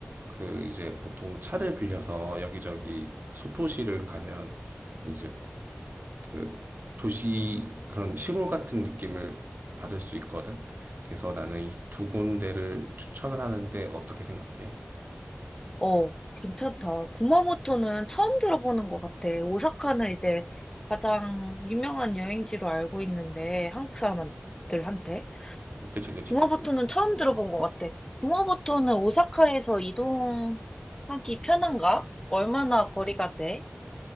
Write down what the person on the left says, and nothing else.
어, 괜찮다. 구마모토는 처음 들어보는 것 같아. 오사카는 이제 가장 유명한 여행지로 알고 있는데, 한국 사람들한테.
구마모토는 처음 들어본 것 같아. 구마모토는 오사카에서 이동하기 편한가? 얼마나 거리가 돼?